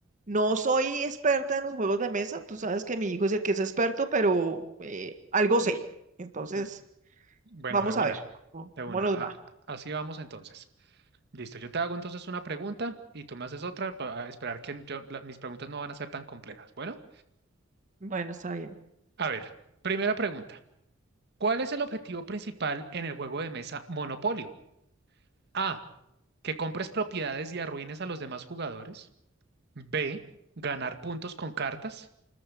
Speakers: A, on the right; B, on the right.
A: no soy experta en los juegos de mesa. Tú sabes que mi hijo es el que es experto, pero eh, algo sé. Entonces,
B: L- Bueno,
A: vamos
B: de una,
A: a ver cómo,
B: de
A: cómo
B: una.
A: nos
B: a-
A: va.
B: así vamos entonces. Listo, yo te hago entonces una pregunta y tú me haces otra para esperar que yo, la- mis preguntas no van a ser tan complejas. Bueno.
A: Bueno, está bien.
B: A ver, primera pregunta. ¿Cuál es el objetivo principal en el juego de mesa Monopolio? A, que compres propiedades y arruines a los demás jugadores. B, ganar puntos con cartas.